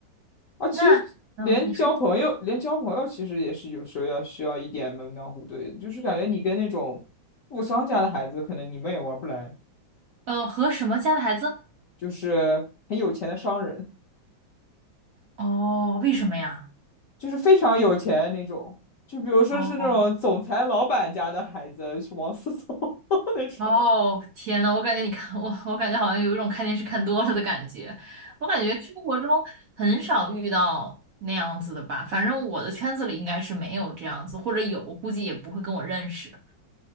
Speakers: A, on the left; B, on the right.
A: 啊，其实连交朋友，
B: 那嗯，你说
A: 连交朋友其实也是有时候要需要一点门当户对的就是感觉你跟那种富商家的孩子，可能你们也玩不来。
B: 呃，和什么家的孩子？
A: 就是很有钱的商人，
B: 哦，为什么呀？
A: 就是非常有钱那种，就比如说是那种总裁老板家的孩子，
B: 哦
A: 是王思聪 <laughs> 那种。
B: 哦，天呐，我感觉你看我，我感觉好像有一种看电视看多了的感觉。我感觉生活中很少遇到那样子的吧，反正我的圈子里应该是没有这样子，或者有，估计也不会跟我认识。